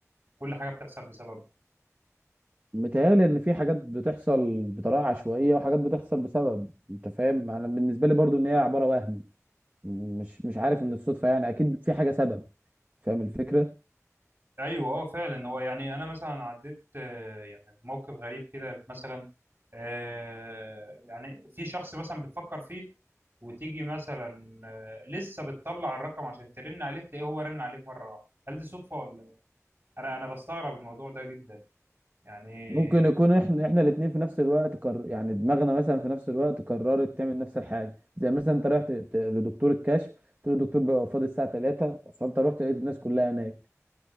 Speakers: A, on the right; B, on the right.
A: كل حاجة بتحصل بسبب
B: متهيألي إن في حاجات بتحصل بطريقة عشوائية وحاجات بتحصل بسبب أنت فاهم أنا بالنسبة لي برضو إن هي عبارة وهم مش مش عارف إن الصدفة يعني أكيد في حاجة سبب فاهم الفكرة
A: ايوه اه فعلا هو يعني انا مثلا عديت آه، يعني بموقف غريب كده مثلا آه، يعني في شخص مثلا بتفكر فيه وتيجي مثلا آه، لسه بتطلع الرقم عشان ترن عليه تلاقيه هو رن عليك مره واحده هل دي صدفه ولا انا انا بستغرب الموضوع ده جدا يعني
B: ممكن يكون إحنا إحنا الاتنين في نفس الوقت قر... يعني دماغنا مثلا في نفس الوقت قررت تعمل نفس الحاجة زي مثلا أنت رحت ت- لدكتور الكشف تقول له الدكتور بيبقى فاضي الساعة 3 فأنت رحت لقيت الناس كلها هناك